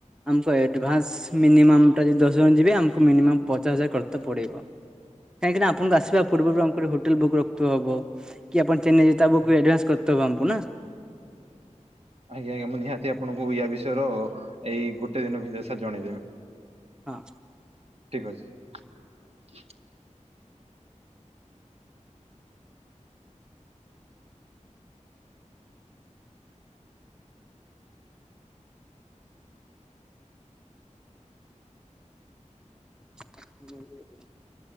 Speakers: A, in the centre; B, on the right.
A: ଆମକୁ ଏଡଭାନ୍ସ ମିନିମମ୍ ଟା ଯଦି ଦଶ ଜଣ ଯିବେ ଆମକୁ ମିନିମମ୍ ପଚାଶ ହଜାର କରତ ପଡିବ। କାହିଁକିନା ଆପଣଙ୍କୁ ଆସିବା ପୂର୍ବରୁ ଆମକୁ ଗୋଟେ ହୋଟେଲ ବୁକ୍ ରଖଥୁବା ହବ କି ଆପଣ ଚେନ୍ନାଇରେ <inaudible> ତବାମ୍ପୁନା
B: ଆଜ୍ଞା ଆଜ୍ଞା ମୁଁ ନିହାତି ଆପଣଙ୍କୁ ୟା ବିଷୟର ଏଇ ଗୋଟେ ଦିନ ଭିତରେ ସାର୍ ଜଣେଇଦେମି।
A: ହଁ
B: ଠିକ ଅଛି।
A: <inaudible>